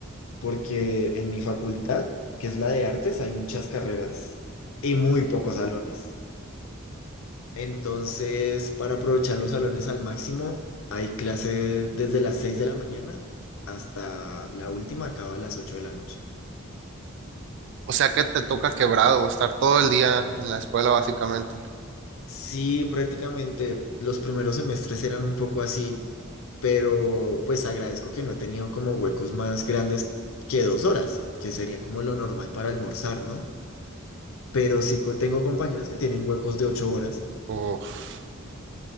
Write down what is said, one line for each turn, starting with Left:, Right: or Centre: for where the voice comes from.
Left: porque en mi facultad, que es la de artes, hay muchas carreras y muy pocos salones. Entonces, para aprovechar los salones al máximo, hay clase desde las 6 de la mañana hasta la última acaba a las 8 de la noche.
Right: O sea que te toca quebrado, estar todo el día en la escuela básicamente.
Left: Sí, prácticamente los primeros semestres eran un poco así, pero pues agradezco que no he tenido como huecos más grandes que dos horas, que sería como lo normal para almorzar, ¿no? Pero sí co- tengo compañeros que tienen huecos de ocho horas
Right: Uf,